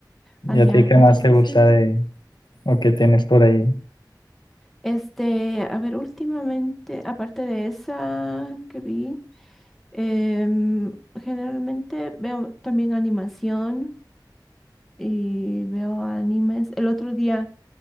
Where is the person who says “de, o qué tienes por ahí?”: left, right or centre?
Left